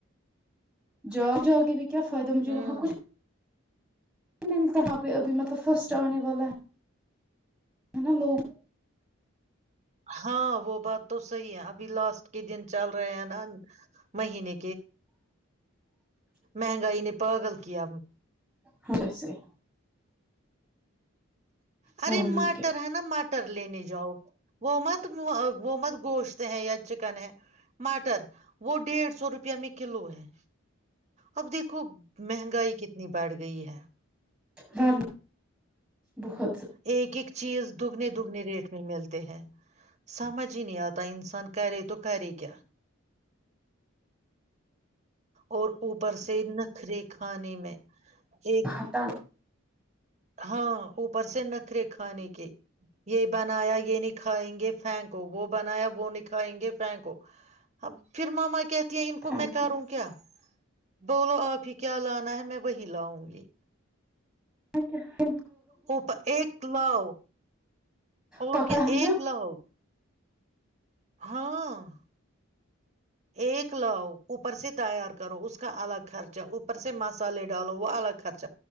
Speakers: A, in the centre; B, on the right.
A: جا جاؤ کے بھی کیا فائدہ مجھے
B: ہوں
A: وہاں کچھ ملتا وہ پہ ابھی مطلب فرسٹ آنے والا ہے نا لوگ
B: ہاں وہ بات تو صحی ہے ابھی لاسٹ کے دن چل رہے ہیں ن مہینے مہنگائی نے پاگل کیا
A: ہاں جیسے
B: ارے
A: ورنہ
B: مٹر ہے نا مٹر لینے جاؤ وہ مت وہ مت گوشت ہیں یا چکن ہے ماٹر وہ ڈیڑھ سو روپے میں کلو ہے اب دیکھو مہنگائی کتنی بڑھ گئی ہے
A: ہ بہت
B: ایک ایک چیز دگنے دگنے ریٹ میں ملتے ہیں سمجھ ہی نہیں آتا انسان کری تو کری کیا اور اوپر سے نکھرے کھانے میں ایک
A: ہتاا
B: ہاں وہ پرسن نکھ رکھ کھانے کے یہ بنایا یہ نہیں کھائیں گے تھینک کو وہ بنایا وہ نکھائیں گے پ کو اب پھر ماما کہتی ہیں ان کو
A: تھینک
B: میں کروں
A: یو
B: کیا بولو آپ ہی کیا لانا ہے میں وہی لاؤں گی
A: اچھا
B: اوپر ایک لو اور
A: پکا
B: کیا
A: ہے
B: ایک
A: نا
B: لو ہاں ایک لاؤ اوپر سے تیار کرو اس کا الگ خرچہ اوپر سے مسالے ڈالو وہ الگ خرچہ